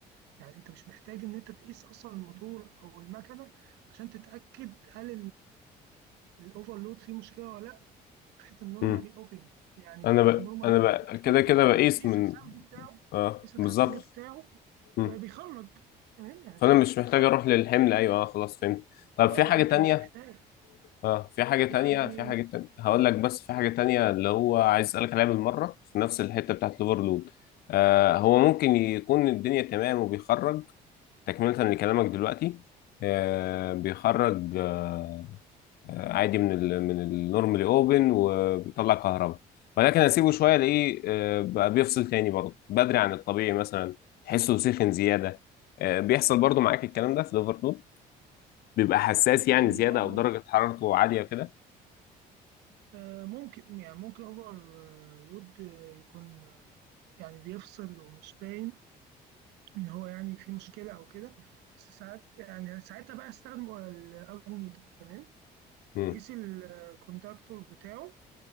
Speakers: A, on the right; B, on the left.
A: يعني أنت مش محتاج إن أنت تقيس أصلا الموتور أو المكنة عشان تتأكد هل الأوفرلود فيه مشكلة ولا لأ فكره النورمالي
B: مم.
A: اوبن يعني
B: انا ب...
A: النورمالي
B: انا
A: اوبن
B: ب...
A: المفروض
B: كده كده
A: بت- لما
B: بقيس
A: بتقيس
B: من
A: الخرج بتاعه
B: اه
A: تقيس الخرج
B: بالظبط
A: بتاعه
B: مم.
A: بقى بيخرج تمام يعني
B: فانا
A: خلاص
B: مش
A: بيخرج
B: محتاج اروح للحمل ايوه اه خلاص فهمت طب
A: اه
B: في
A: يعني
B: حاجه
A: انت
B: تانية
A: مش محتاج
B: اه في حاجه تانية
A: يعني
B: في حاجه تانية هقول لك بس في حاجه تانية اللي هو عايز اسالك عليها بالمره في نفس الحته بتاعت الاوفرلود آه هو ممكن يكون الدنيا تمام وبيخرج تكمله لكلامك دلوقتي آه بيخرج آه، آه، عادي من ال من النورمالي اوبن وبيطلع كهرباء ولكن اسيبه شويه الاقيه آه، بقى بيفصل تاني برضه بدري عن الطبيعي مثلا تحسه سخن زياده آه، بيحصل برضه معاك الكلام ده في الاوفرلود بيبقى حساس
A: يعني
B: يعني زياده
A: اه
B: او
A: ممكن
B: درجه حرارته عاليه كده
A: آه، ممكن يعني ممكن اوفر لود يكون آه، يعني بيفصل ومش باين ان هو يعني في مشكله او كده بس ساعات يعني ساعتها بقى استخدم الافوميتر تمام
B: امم
A: وقيس الكوندكتور بتاعه